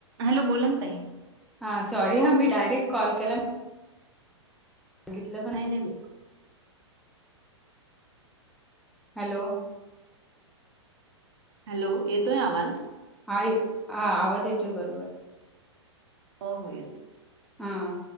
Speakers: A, on the right (about 55°); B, in the centre.
A: हॅलो बोलाना ताई.
B: हां सॉरी हा मी डायरेक्ट कॉल केला. सांगितल.
A: <unintelligible>
B: हॅलो
A: हॅलो येतोय आवाज?
B: हां येत हा आवाज येतोय बरोबर.
A: हो हो येतोय.
B: हां